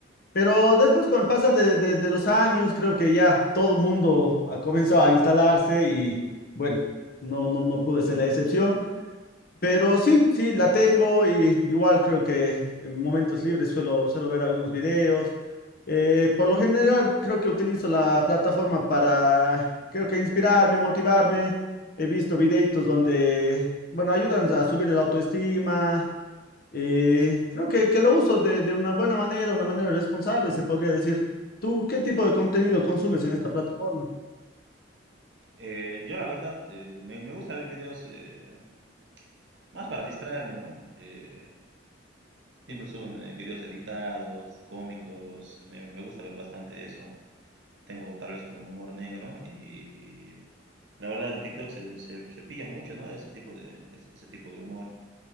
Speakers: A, on the left; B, on the right.
A: Pero después con el pasar de, de- de los años, creo que ya todo el mundo ha comenzado a instalarse y bueno, no, no, no pude ser la excepción. Pero sí, sí, la tengo y igual creo que en momentos libres suelo, suelo ver algunos videos. Eh, por lo general creo que utilizo la plataforma para, creo que inspirarme, motivarme. He visto videitos donde, bueno, ayudan a subir el autoestima. Eh, creo que, que lo uso de, de una buena manera, una manera responsable, se podría decir. ¿Tú qué tipo de contenido consumes en esta plataforma?
B: Eh, yo la verdad eh, me, me gusta ver videos eh, más para distraerme, ¿no? Eh, siempre suben eh, videos editados, cómicos, me, me gusta ver bastante eso. Tengo tal vez como un humor negro y La verdad, en TikTok se, se, se pilla mucho, ¿no? Ese tipo de, es- ese tipo de humor.